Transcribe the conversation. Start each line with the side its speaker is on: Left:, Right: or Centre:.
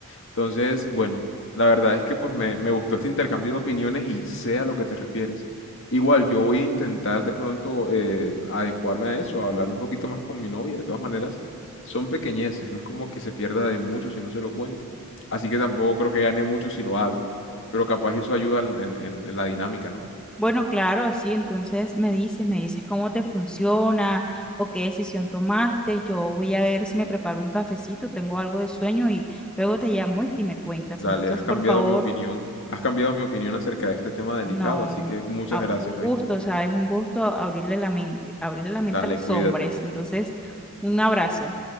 Left: Entonces, bueno, la verdad es que pues me, me gustó este intercambio de opiniones y sé a lo que te refieres. Igual, yo voy a intentar de pronto eh, adecuarme a eso, a hablar un poquito más con mi novia. De todas maneras, son pequeñeces, no es como que se pierda de mucho si no se lo cuento. Así que tampoco creo que gane mucho si lo hago. Pero capaz eso ayuda en, en- en- en la dinámica, ¿no?
Centre: Bueno, claro, así entonces me dices, me dices cómo te funciona o qué decisión tomaste. Yo voy a ver si me preparo un cafecito, tengo algo de sueño y luego te llamo este, y me cuentas.
Left: Dale,
Centre: Entonces,
Left: has
Centre: por
Left: cambiado
Centre: favor,
Left: mi opinión, has cambiado mi opinión acerca de este tema delicado,
Centre: no,
Left: así que muchas
Centre: a-
Left: gracias,
Centre: un gusto,
Left: ¿oíste?
Centre: ¿sabes? Un gusto abrirle la mente, abrirle la mente
Left: Dale,
Centre: a los
Left: cuídate.
Centre: hombres. Entonces, un abrazo.